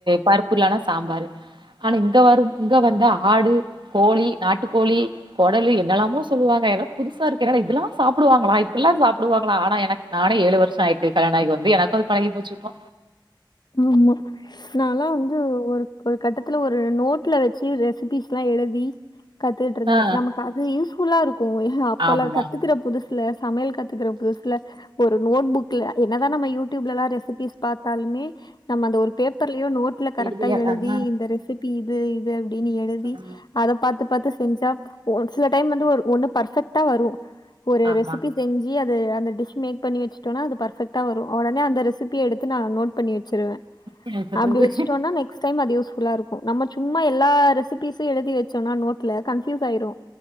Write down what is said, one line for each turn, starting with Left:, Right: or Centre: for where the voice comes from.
Right: பருப்பு இல்லனா சாம்பாரு ஆனா இங்க வரும் இங்க வந்த ஆடு கோழி நாட்டுக்கோழி கொடல் என்னெல்லாமோ சொல்லுவாங்க எனக்கு புதுசா இருக்கு இதெல்லாம் சாப்பிடுவாங்களா இப்டில்லாம் சாப்பிடுவாங்களா ஆனா எனக்கு நானும் ஏழு வருஷம் ஆயிட்டு கல்யாணம் ஆகி வந்து எனக்கு அது பழகி போச்சு போ
Left: ஆமா நாலாம் வந்து ஒரு ஒரு கட்டத்துல ஒரு நோட்ல வச்சு ரெசிபிஸ்லாம் எழுதி கத்துட்டு இருந்தேன்
Right: ஆ
Left: நமக்கு அது யூஸ் <unintelligible> கோய அப்பலா
Right: ஆமா.
Left: கத்துக்கற புதுசு சமையல் கத்துக்கிற புதுசல ஒரு நோட் புக்ல என்னதான் நம்ம யூடியூப்ல எல்லாம் ரெசிபிஸ் பாத்தாலுமே நம்ம அந்த ஒரு பேப்பர்லயோ நோட்ல கரெக்டா
Right: விடுதியா
Left: எழுதி
Right: தான்
Left: இந்த ரெசிபி இது இனு எழுதி
Right: ம்
Left: அத பாத்து பாத்து செஞ்சா ஒரு சில டைம் வந்து ஒண்ணு பர்பெக்ட் த்தவரு ஒரு
Right: ஆமா
Left: ரெசிபி செஞ்சு அ அந்த டிஷ் மேக் பண்ணி வச்சு இல்லனா அது பர்பெக்டா வரும் உடனே அந்த ரெசி சிப்பி எடுத்து நா நோட் பண்ணி வச்சுருவேன்
Right: என்ன சொல்றது
Left: அப்படி வச்சுட்டோம்ன்னா நெக்ஸ்ட் க் டைம் அது யுஸ்ஃபுல்லா இருக்கும் நம்ம சும்மா எல்லா ரெசிபிஸும் எழுதி வச்சோம்ன்னா நோட்டில கன்ஃப்யூஸ் ஆயிடும்